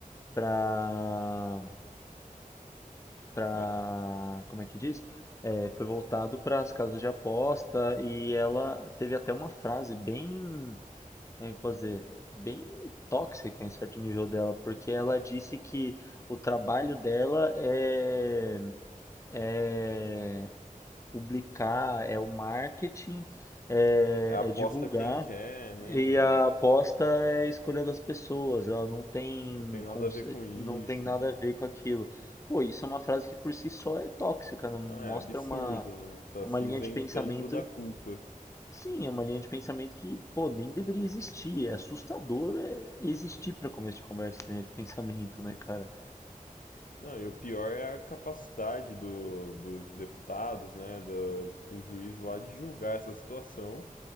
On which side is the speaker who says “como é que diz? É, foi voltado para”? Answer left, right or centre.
Left